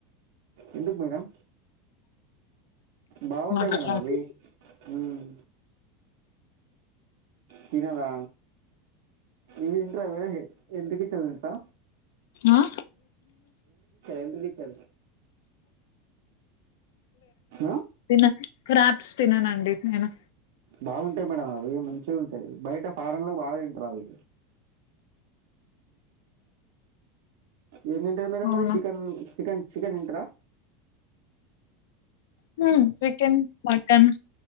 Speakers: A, on the right; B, on the left.
A: ఎందుకు మేడం బాగుంటాయి
B: నాకు
A: మేడం
B: అట్లాంటివి
A: అవి మ్మ్ తినదా ఇవిదింట్ర ఎంటి పికిల్ తింట్రా
B: ఆ
A: ఎండ్రికిచ్చలు ఆ
B: తిన్నా క్రాబ్స్ తిననండి నేను
A: బాగుంటాయి మేడం అవి మంచిగుంటయి బయట ఫారెన్ లో బాగా తింటారు అవి ఏ తింటారు మీర
B: అవును
A: మరి చికెన్ చికెన్ చికెన్ తింటరా
B: మ్మ్ చికెన్ మటన్